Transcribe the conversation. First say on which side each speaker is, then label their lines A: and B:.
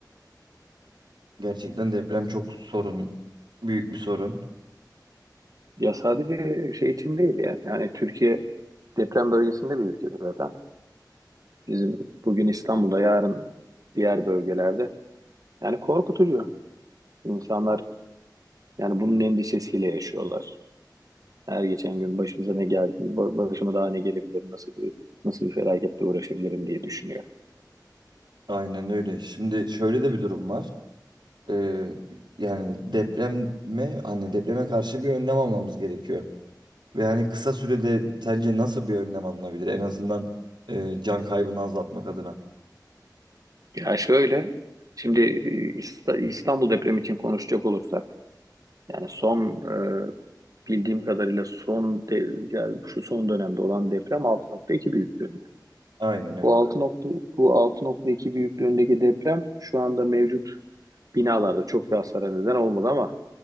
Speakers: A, on the right; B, on the right.
A: Gerçekten deprem çok sorun, büyük bir sorun.
B: Ya sadece şey için değil yani. Yani Türkiye deprem bölgesinde bir ülke zaten. Bizim bugün İstanbul'da yarın diğer bölgelerde. Yani korkutucu. İnsanlar yani bunun endişesiyle yaşıyorlar. Her geçen gün başımıza ne geldi, ba- başıma daha ne gelebilir, nasıl bir, nasıl bir felaketle uğraşabilirim diye düşünüyor.
A: Aynen öyle. Şimdi şöyle de bir durum var. Ee, yani depreme hani depreme karşı bir önlem almamız gerekiyor. Ve hani kısa sürede sence nasıl bir önlem alınabilir? En azından e, can kaybını azaltmak adına.
B: Ya şöyle, şimdi e, İsta- İstanbul depremi için konuşacak olursak, yani son e, bildiğim kadarıyla son de, yani şu son dönemde olan deprem 6.2 büyüklüğünde.
A: Aynen evet.
B: Bu 6. nokta- bu 6.2 büyüklüğündeki deprem şu anda mevcut binalarda çok bir hasara neden olmadı ama